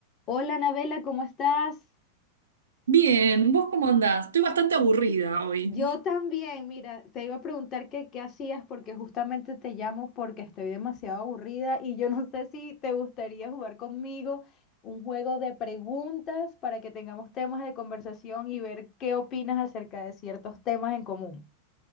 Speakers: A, on the left; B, on the right.
A: Hola, Anabela, ¿cómo estás?
B: Bien, ¿vos cómo andás? Estoy bastante aburrida hoy.
A: Yo también, mira, te iba a preguntar que qué hacías porque justamente te llamo porque estoy demasiado aburrida y yo <laughs> no sé si te gustaría jugar conmigo un juego de preguntas para que tengamos temas de conversación y ver qué opinas acerca de ciertos temas en común.